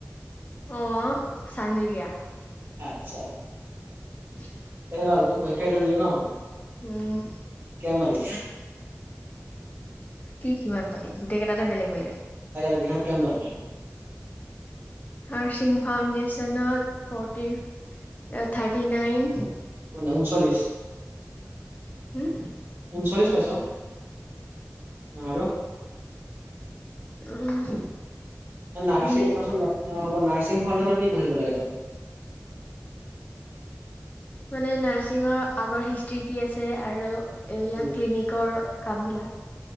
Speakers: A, on the left; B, on the right.
A: অ চাৰনেলিয়া
B: আচ্ছা
A: <inaudible>
B: ঐ ভাল তোৰ পৰীক্ষা ৰিজাল্ট দিলে ন?
A: উম
B: কিমান পালি?
A: কি কিমান পালি? গোটেই কেইটাতে বেলেগ বেলেগ।
B: তাকেটো, কিহত কিমান পালি?
A: আৰু চিম ফাউণ্ডেশচনত ফৰটি থাৰ্টি নাইন
B: মানে ঊনচল্লিশ,
A: হম
B: ঊনচল্লিছ পাইছ? আৰু?
A: উম
B: নাৰ্চিং
A: বি এ
B: কোৱাচোন নাৰ্চিং খনত ন কি পঢ়িব লাগে?
A: মানে নাৰ্চিংৰ আগৰ হিষ্ট্ৰি কি আছে আৰু এইবিলাক
B: উম,
A: ক্লিনিকৰ কামবিলাক